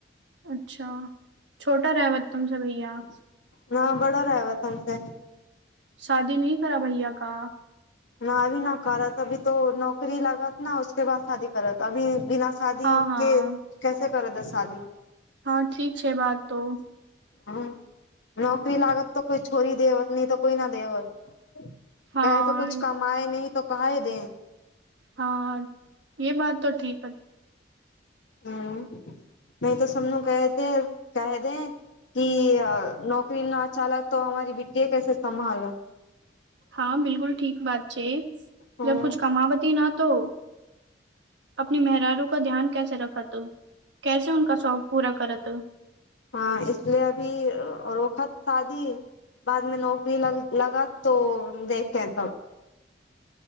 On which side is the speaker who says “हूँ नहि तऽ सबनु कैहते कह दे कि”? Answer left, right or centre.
Left